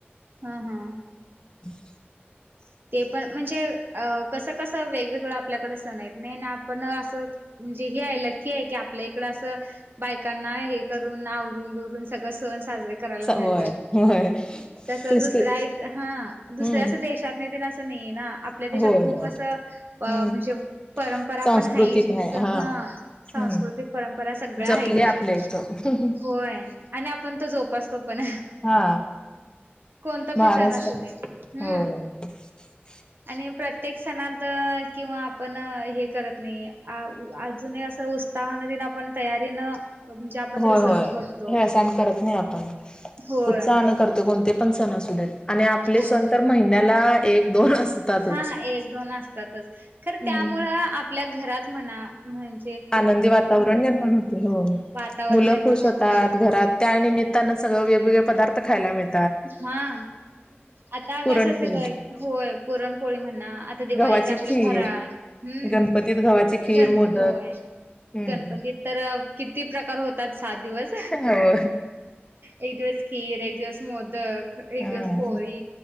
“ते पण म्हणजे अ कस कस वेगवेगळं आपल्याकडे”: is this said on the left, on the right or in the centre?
Right